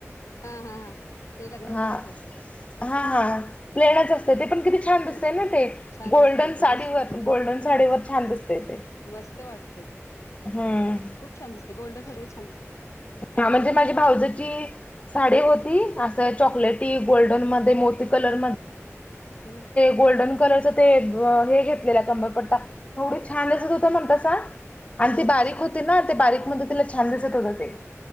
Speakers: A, on the left (about 80°); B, on the left (about 25°).
A: हा हा हा ते लग्नात
B: हा
A: बघितले.
B: हा हा प्लेनच असते ते पण किती छान
A: कपले
B: दिसते ना ते
A: छान
B: गोल्डन
A: दिसतय ते
B: साडीवर
A: मस्त
B: गोल्डन साडीव. र छान दिसतेय ते.
A: मस्त वाटतेय.
B: हम्म.
A: खूप छान दिसते गोल्डन सासाठी छान दिसते. आणि
B: हा
A: आजकाल
B: म्हणजे माझी
A: ते हम्म
B: भाऊजची साडी होती असं चॉकलेटी. गल्ड म मो कलर
A: हम्म
B: गोल्डन कल. ते हे घेतलेला कंबरपट्टा एवढ छान अस त हो म्हणत आणि
A: हम्म
B: ती बारीक. ना ते बारीक मण तिला छान दिसत होत ते.